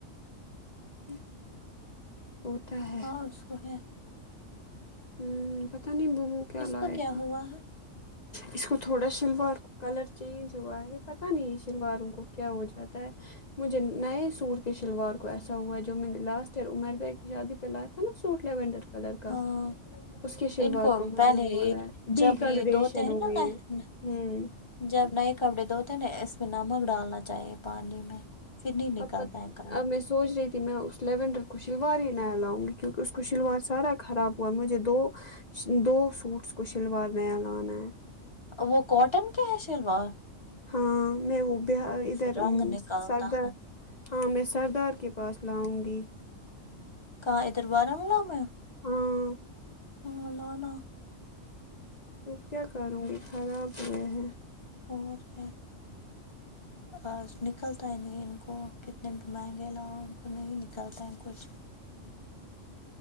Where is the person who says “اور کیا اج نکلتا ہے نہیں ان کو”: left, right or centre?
Left